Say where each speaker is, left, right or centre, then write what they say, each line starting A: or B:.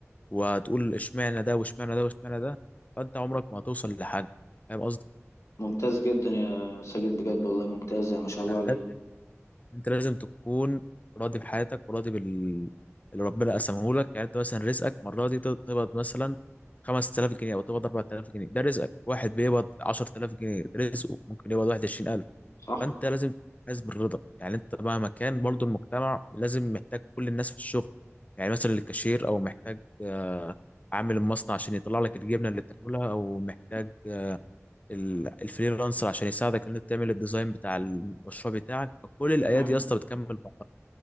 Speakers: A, on the left (about 30°); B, on the left (about 80°).
A: وهتقول اشمعنى ده واشمعنى ده واشمعنى ده فأنت عمرك ما هتوصل لحاجة فاهم
B: ممتاز جدا يا ساجد بجد والله ممتاز ما شاء الله عليك
A: قصدي؟ انت لازم تكون راضي بحياتك وراضي بال اللي ربنا قسمه لك يعني انت مثلا رزقك المره دي تق- تقبض مثلا 5000 جنيه او تقبض 4000 جنيه ده رزقك واحد بيقبض 10000 جنيه رزقه ممكن يقبض 21000
B: صح
A: فانت لازم تحس بالرضا يعني انت مهما كان برضو المجتمع لازم محتاج كل الناس في الشغل يعني مثلا الكاشير او محتاج آه، عامل المصنع عشان يطلع لك الجبنه اللي تاكلها او محتاج ال- الفريلانسر عشان يساعدك ان انت تعمل الديزاين بتاع المشروع بتاعك فكل الايادي
B: تمام
A: يا اسطى بتكمل بعض